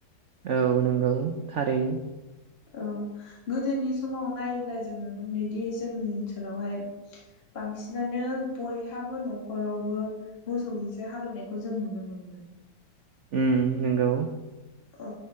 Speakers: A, on the right; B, on the left.
A: औ नंगौ थारैनो
B: औ गोदोनि समाव नायोब्ला जों नुनो मोनोदि जोंनि ओनसोलावहाय बांसिनानो बयहाबो न'खरावबो मोसौजोंसो हालौनायखौ जों नुनो मोनोमोन
A: ओम नंगौ
B: औ